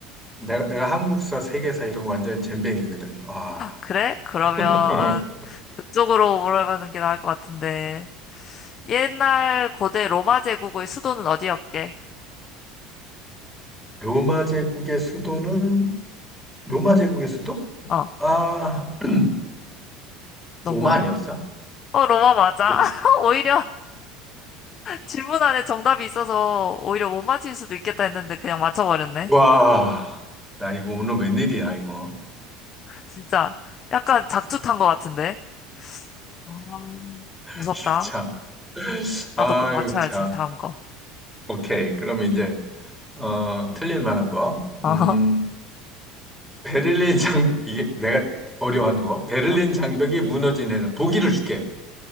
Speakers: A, in the centre; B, on the left.
A: 내가, 내가 한국사, 세계사 이런 거 완전 젬병이거든. 와.
B: 그래? 그러면
A: <laughs>
B: 그쪽으로 물어보는 게 나을 것 같은데. 옛날 고대 로마 제국의 수도는 어디였게?
A: 로마 제국의 수도는, 로마
B: 어,
A: 제국의 수도?
B: 어,
A: 아, <clears throat>
B: 너무
A: 로마
B: 어렵.
A: 아니었어?
B: 어, 로마 맞아.
A: 로-
B: <laughs> 오히려 질문 안에 정답이 있어서 오히려 못 맞힐 수도 있겠다 했는데 그냥 맞춰버렸네.
A: 와. 나 이거 오늘 웬일이야, 이거.
B: 진짜 약간 작두탄 것 같은데. 아,
A: <laughs>
B: 무섭다.
A: 이거 참. 아,
B: 나도 꼭 맞춰야지,
A: 이거 참.
B: 다음 거.
A: 오케이. 그러면 이제, 어, 틀릴 만한 거.
B: 어허.
A: 음, 베를린 장벽, 이게 내가 어려워하는 거. 베를린
B: 어,
A: 장벽이 무너진 해는 보기를 줄게.